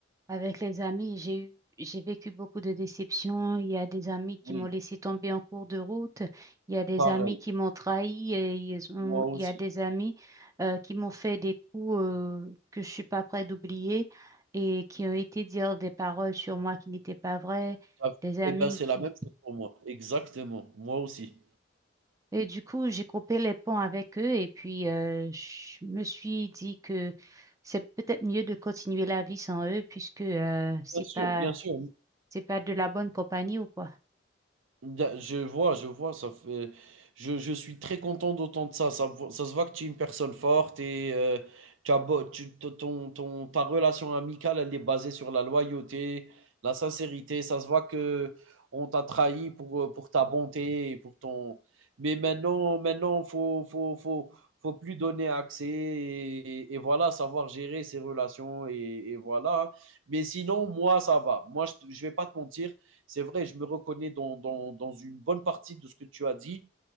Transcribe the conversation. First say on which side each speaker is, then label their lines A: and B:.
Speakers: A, on the right; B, on the right.
A: Avec les amis, j'ai eu, j'ai vécu beaucoup de déceptions. Il y a des amis qui
B: Oui,
A: m'ont laissé tomber en cours de route. Il y a des
B: pareil,
A: amis qui m'ont trahi. euh, ils ont-
B: moi aussi.
A: Il y a des amis euh, qui m'ont fait des coups euh, que je suis pas prête d'oublier et qui ont été dire des paroles sur moi qui n'étaient pas vraies.
B: Ah,
A: Des amis
B: et ben c'est
A: qui
B: la même chose pour moi, exactement, moi aussi.
A: Et du coup, j'ai coupé les ponts avec eux et puis euh, je me suis dit que c'est peut-être mieux de continuer la vie sans eux puisque euh, c'est
B: Bien sûr,
A: pas
B: bien sûr.
A: c'est pas de la bonne compagnie ou quoi.
B: Da- Je vois, je vois, ça fait... je, je suis très content d'entendre ça. Ça, vo- ça se voit que tu es une personne forte et euh, tu as beau- tu- t- ton, ton- ta relation amicale, elle est basée sur la loyauté, la sincérité. Ça se voit que on t'a trahi pour, euh, pour ta bonté et pour ton. Mais maintenant, maintenant, faut, faut, faut, faut plus donner accès et, et voilà, savoir gérer ses relations et, et voilà. Mais sinon, moi, ça va. Moi, je, te- je vais pas te mentir. C'est vrai, je me reconnais dans, dans, dans, une bonne partie de ce que tu as dit.